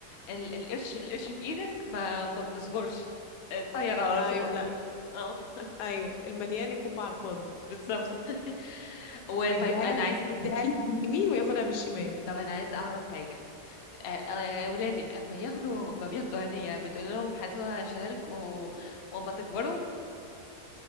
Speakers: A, on the left; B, on the left.
A: ال- القرش القرش في ايدك ما ما بنصبرش آه، طير على
B: ايوه
A: طول
B: لا
A: اه <laughs>
B: ايوه المليان يكب على الفاضي
A: بالظبط <laughs> وطيب
B: يديها
A: انا
B: لك
A: عايز
B: يديها لك باليمين وياخدها بالشمال
A: طب انا عايز اعرف حاجه آه، آه، ولادك اما ياخدوا ما بياخدوا عيدية بتقول لهم هاتوها شهالكوا واما تكبروا